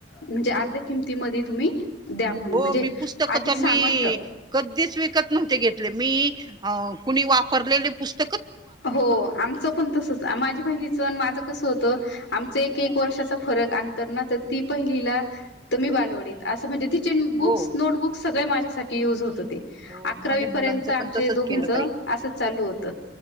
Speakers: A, on the left; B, on the right.
A: म्हणजे अर्ध्या किमतीमध्ये तुम्ही द्या म्हणून
B: हो
A: म्हणजे.
B: मी पुस्तक
A: आधी
B: तर
A: सांगून
B: मी
A: ठेवा
B: कधीच विकत नव्हते घेतले. मी अ कुणी वापरलेले पुस्तक
A: हो आमचं पण तसच माझ्या बहिणीचं अन माझं कसं होतं. आमच एक एक वर्षाचा फरक अंतर ना तर ती पहिलीला त मी बालवडीला. असं म्हणजे तिचे बुक्स
B: हो
A: नोटबुक्स सगळे माझ्यासाठी युज होत होती. होती.
B: हो
A: अकरावी
B: माझ्या मुलांचं
A: पर्यंत
B: पण
A: आमचे
B: तसच
A: दोघींच
B: केलं
A: असं
B: बाई
A: चालू होत.